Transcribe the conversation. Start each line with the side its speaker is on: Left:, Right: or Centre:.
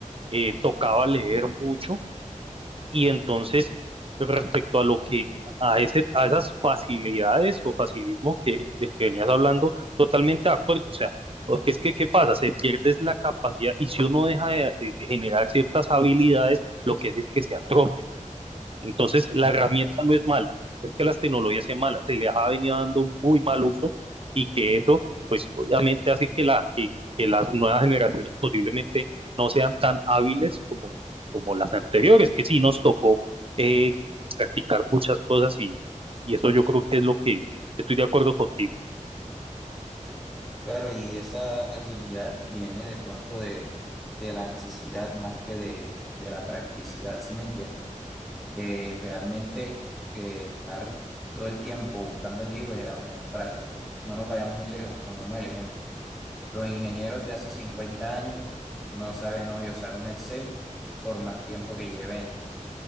Right: eh, tocaba leer mucho y entonces, respecto a lo que, a ese, a esas facilidades o facilismo que, del que venías hablando, totalmente de acuerdo. O sea, porque es que, ¿qué pasa? Se pierde es la capacidad y si uno deja de, de, de generar ciertas habilidades, lo que hace es que se atrofia. Entonces, la
Centre: Ujú.
Right: herramienta no es mala, es que las tecnologías sean malas, se les ha venido dando un muy mal uso y que eso, pues obviamente hace que, la, que, que las nuevas generaciones posiblemente no sean tan hábiles como, como las anteriores, que sí nos tocó eh, practicar muchas cosas y, y eso yo creo que es lo que estoy de acuerdo contigo.
Centre: Claro, y esa agilidad viene de pronto de, de la necesidad más que de, de la practicidad, ¿sí me entiende? Que realmente eh, estar todo el tiempo buscando en libros era menos práctico. No nos vayamos muy lejos, pongamos el ejemplo. Los ingenieros de hace 50 años no saben hoy usar un Excel por más tiempo que lleven,